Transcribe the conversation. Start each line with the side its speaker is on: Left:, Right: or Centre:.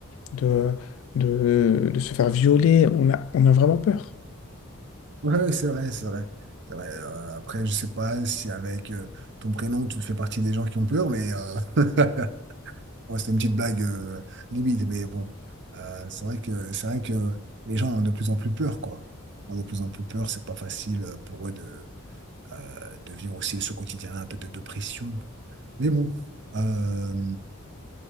Left: de, de, de se faire violer. On a, on a vraiment peur.
Right: Ouais, ouais, c'est vrai, c'est vrai. C'est vrai. Euh, après, je sais pas si avec euh, ton prénom tu fais partie des gens qui ont peur, mais euh, <laughs> Bon, c'était une petite blague euh, limite, mais bon, Euh, c'est vrai que c'est vrai que les gens ont de plus en plus peur, quoi. Ont de plus en plus peur, c'est pas facile euh, pour eux de, euh, de vivre aussi ce quotidien-là, un peu de dépression. quoi. Mais bon, euh,